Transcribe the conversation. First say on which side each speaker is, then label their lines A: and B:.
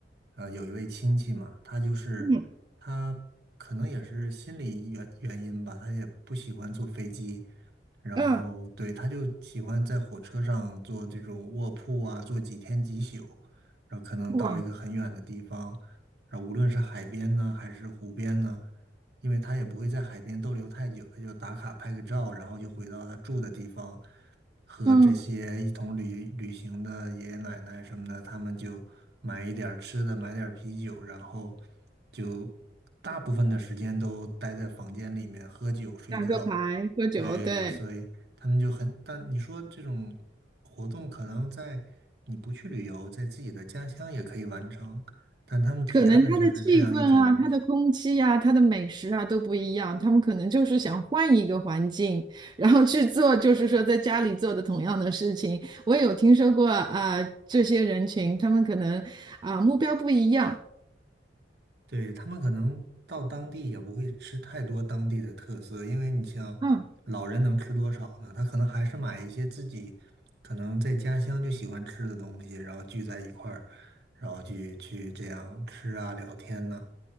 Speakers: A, on the right; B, on the right.
A: 呃，有一位亲戚嘛，他就是他可能也是心理原原因吧，
B: 嗯
A: 他也不喜欢坐飞机，然后对，
B: 嗯，
A: 他就喜欢在火车上坐这种卧铺啊，坐几天几宿，然后可能到一个很远的地方，
B: 哇，
A: 然后无论是海边呢，还是湖边呢。因为他也不会在海边逗留太久，他就打卡拍个照，然后就回到他住的地方，和这些一同旅旅行的爷爷奶奶什么的，
B: 嗯，
A: 他们就买一点儿吃的，买点儿啤酒，然后就大部分的时间都待在房间里面喝酒睡觉。
B: 打个牌，喝酒，
A: 对，
B: 对。
A: 所以他们就很，但你说这种活动可能在你不去旅游，在自己的家乡也可以完成，但他们体验的就是这样一种。
B: 可能他的气氛啊、他的空气啊、他的美食啊都不一样，他们可能就是想换一个环境，然后去做，就是说在家里做的同样的事情。我也有听说过啊、这些人群他们可能啊、目标不一样，
A: 对，他们可能到当地也不会吃太多当地的特色，因为你像老人能吃多少呢？
B: 嗯，
A: 他可能还是买一些自己可能在家乡就喜欢吃的东西，然后聚在一块儿，然后去去这样吃啊聊天呢、